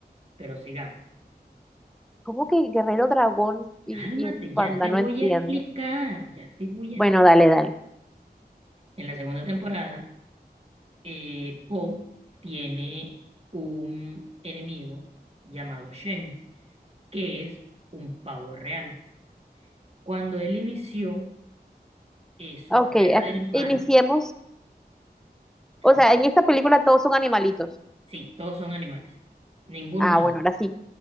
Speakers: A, on the right; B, in the centre.
A: Pero sigamos.
B: ¿Cómo que Guerrero Dragón y,
A: Cálmate,
B: y es un panda?
A: ya te
B: No
A: voy
B: entiendo.
A: a explicar, ya te voy
B: Bueno,
A: a...
B: dale, dale.
A: En la segunda temporada, eh, Poe tiene un enemigo llamado Shen, que es un pavo real. Cuando él inició eh, su
B: Ok,
A: carrera
B: ac-
A: del mal,
B: iniciemos.
A: tal-
B: O sea, en esta película todos son animalitos.
A: sí, todos son animales, ningún
B: Ah,
A: humano,
B: bueno, ahora sí.